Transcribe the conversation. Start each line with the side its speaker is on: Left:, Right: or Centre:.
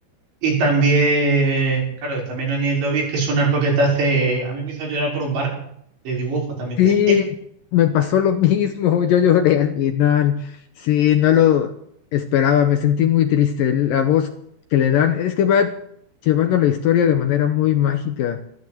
Right: Y también, claro, también en el lobby es que es un arco que te hace, a mí me hizo llorar por un barco de dibujo también.
Left: Sí,
Right: te-
Left: me pasó lo <laughs> mismo, yo lloré al final, sí, no lo esperaba, me sentí muy triste, la voz que le dan es que va llevando la historia de manera muy mágica,